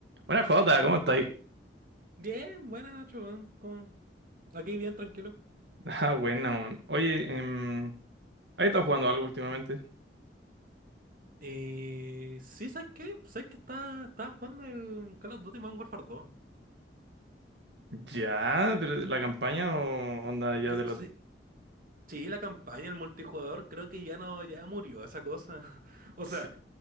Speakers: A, on the right (about 75°); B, on the right (about 55°).
A: buena Jota, ¿cómo estáis? <laughs>
B: Bien, buena Nacho, weón. Con... Aquí bien tranquilo.
A: Ah, buena, man. Oye, em, ¿has estado jugando algo últimamente?
B: Eh, sí, ¿sabes qué? ¿Sabes que está, estaba jugando el Call of Duty Modern Warfare 2.
A: Ya, pero la campaña o onda ya
B: No,
A: de lo
B: sí, sí, la campaña, el multijugador, creo que ya no, ya murió esa cosa. <laughs> O
A: Sí,
B: sea,